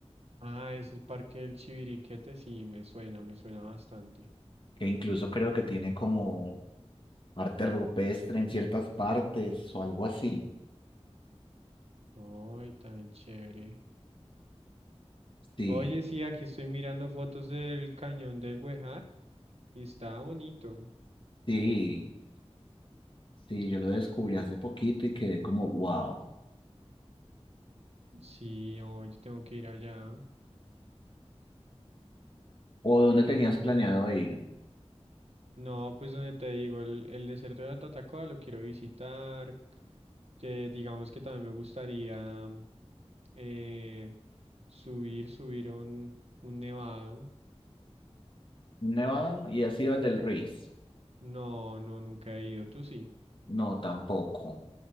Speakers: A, on the right (about 70°); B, on the left (about 50°).
A: ah, es el parque del Chiviriquete. Sí, me suena, me suena bastante.
B: que incluso creo que tiene como arte rupestre en ciertas partes o algo así.
A: Ay, tan chévere.
B: Sí,
A: Oye, sí, aquí estoy mirando fotos del cañón del Güejar y está bonito.
B: sí, sí, yo lo descubrí hace poquito y quedé como, wow.
A: Sí, hoy tengo que ir allá.
B: ¿O dónde tenías planeado ir?
A: No, pues donde te digo, el, el desierto de Tatacoa lo quiero visitar. que digamos que también me gustaría eh, subir, subir a un, un nevado.
B: Nevado y ha sido el del Ruiz.
A: No, no, nunca he ido, tú sí.
B: No, tampoco.